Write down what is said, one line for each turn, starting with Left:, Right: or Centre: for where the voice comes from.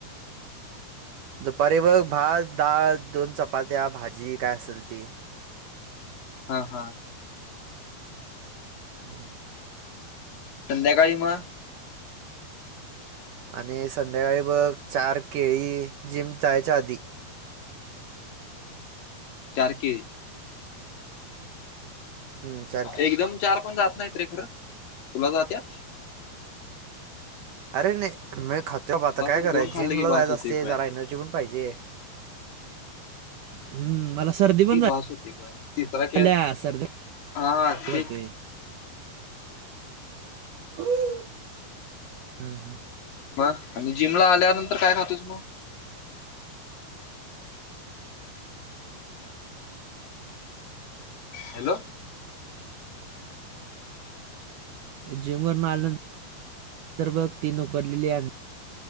Right: दुपारी बघ भात, डाळ, दोन चपात्या, भाजी काय असल ते.
Left: हा हा
Right: हम्म
Left: संध्याकाळी म?
Right: आणि संध्याकाळी बघ चार केळी जिम जायच्या आधी.
Left: चार केळी
Right: हम्म चाल
Left: एकदम चार पण जात नाहीत रे खरं, तुला जात्यात?
Right: अरे नाही, मी खातोय बाबा आता
Left: मला
Right: काय
Left: तर
Right: करायच
Left: दोन खाल्ले
Right: जिम
Left: की
Right: ला
Left: बास
Right: जायच
Left: होते
Right: असतय
Left: खुळ्या
Right: जरा एनर्जी पण पाहिजे. हम्म मला सर्दी पण झा
Left: त्रास होतोय गोळ्यात, तिसरा खेळ
Right: ल्या सर्दी
Left: हा हा
Right: <unintelligible>
Left: तेच
Right: <unintelligible> हा हा,
Left: मग आणि जिमला आल्यानंतर काय खातोस मग हॅलो,
Right: जिमवरनं आल्यानंत बघ तीन उकडलेली अंडी